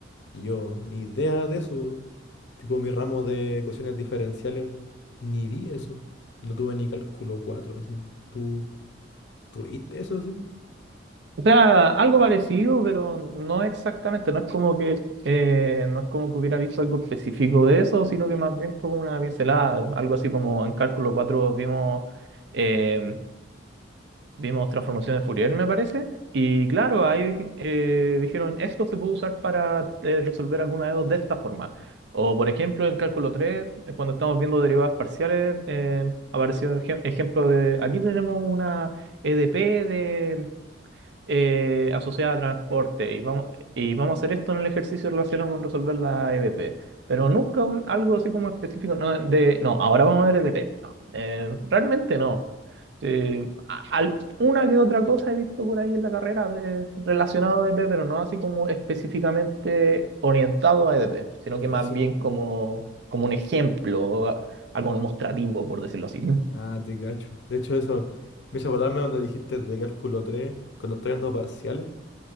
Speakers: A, on the left; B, on the right.
A: Y yo, ni idea de eso. Tipo, mi ramo de ecuaciones diferenciales, ni vi eso. No tuve ni cálculo 4 así. ¿Tú tuviste eso, sí?
B: O sea, algo parecido, pero no exactamente. No es como que eh, no es como que hubiera visto algo específico de eso, sino que más bien fue como una pincelada, algo así como en Cálculo 4 vimos eh, vimos transformaciones de Fourier, me parece. Y claro, ahí dij- eh, dijeron, esto se puede usar para eh, resolver alguna de dos de esta forma. O por ejemplo, en Cálculo 3 eh, cuando estamos viendo derivadas parciales, eh, apareció el ejem- ejemplo de, aquí tenemos una EDP eh, asociada a transporte y vamos, y vamos a hacer esto en el ejercicio relacionado con resolver la EDP. Pero nunca un- algo así como específico, no, de, no, ahora vamos a ver EDP. No, eh, realmente no. Eh, a- al- una que otra cosa he visto por ahí en la carrera de, relacionado a EDP, pero no así como específicamente orientado a EDP, sino
A: Eso.
B: que más bien como, como un ejemplo, a- algo demostrativo, por decirlo así.
A: Ah, te cacho. De hecho, eso me hizo acordarme donde dijiste de cálculo 3 cuando estoy dando parciales.